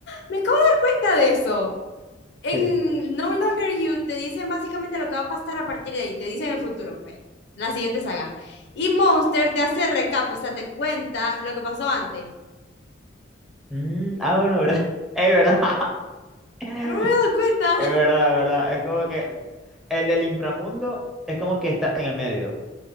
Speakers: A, on the left; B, in the centre.
A: me acabo de dar cuenta de eso. En
B: ¿qué?
A: No Longer You te dicen básicamente lo que va a pasar a partir de ahí, te dicen el futuro, pues, la siguiente saga. Y Monster te hace recap, o sea, te cuenta lo que pasó antes.
B: Mm, ah, bueno, ¿verdad? <laughs> Es verdad. <laughs>
A: No me había dado cuenta.
B: Es verdad, verdad. Es como que el del inframundo es como que está en el medio.